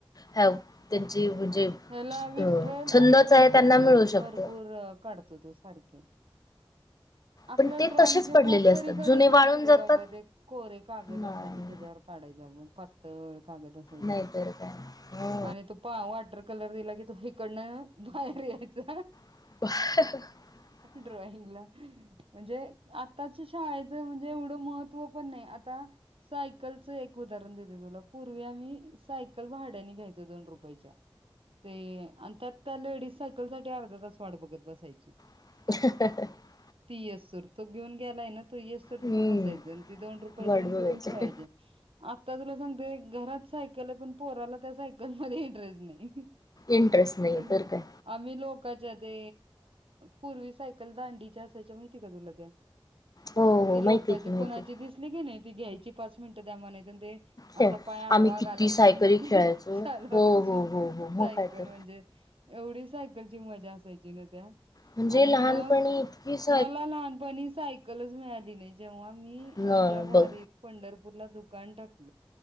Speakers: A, on the left (about 45°); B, on the right (about 80°).
A: हे त्यांची छंदच
B: ह्याला विठ्ठल आणि गणपती
A: आहे, त्यांना मिळू शकत.
B: भरपूर काढतो तो सारखे. आपल्याला
A: पण ते
B: ड्रॉइंगचे
A: तसेच पडलेले
B: बुक
A: असतात
B: तरी कधी
A: जुने
B: माहित
A: वाळून
B: होते
A: जातात
B: का ग ते? कोरे कागद
A: नाही
B: असायचे त्याच्यावर काढ पातळ कागद असायचा
A: नाही तर काय हो
B: आणि तो बघ वॉटर कलर दिला की तो हिकडन बाहेर येईचा.
A: <inaudible>
B: ड्रॉइंग ला म्हणजे आताच्या शाळेचं म्हणजे एवढं महत्त्व पण नाही. आता सायकलचं एक उदाहरण देते तुला, पूर्वी आम्ही सायकल भाड्यानी घेईचो दोन रुपयच्या. ते आणि त्यात त्या लेडीज सायकल साठी अर्धा तास वाट बघत बसायची.
A: <inaudible>
B: ती येस त्वर तो घेऊन गेलाय ना येस तर तिथं
A: हम्म
B: बसायचं आणि ती दोन रुपये
A: वाट
B: देऊन
A: बघायची
B: खेळायचे. ता तुला सांगतेय घरात सायकल आहे पण पोराला त्या सायकल मध्ये इंटरेस्ट नाही.
A: इंटरेस्ट नाही
B: पण
A: तर काय
B: आम्ही लोकाच्या ते पूर्वी सायकल दांडीच्या असायच्या त्या माहिताय का तुला त्या?
A: हो हो
B: ती
A: माहिती
B: लोकची
A: आहे की माहिती
B: कुणाची
A: आहे.
B: दिसली की नाय ती घ्यायची पाच मिनटं द्या म्हणायच. ते
A: खेळ
B: असा पाय आडवा
A: आम्ही किती
B: घालायचा
A: सायकली
B: आणि
A: खेळायचो
B: चालवायची
A: हो हो हो हो
B: सायकल
A: मग काय तर
B: म्हणजे म्हणजे एवढी सायकलची मजा असायची ना त्या?
A: म्हणजे
B: आणि
A: लहानपणी
B: मग
A: इतकीच
B: मला लहानपणी सायकलच मिळाली नाही जेव्हा मी
A: न
B: आमच्या वारीत
A: बघ
B: पंढरपूरला दुकान टाक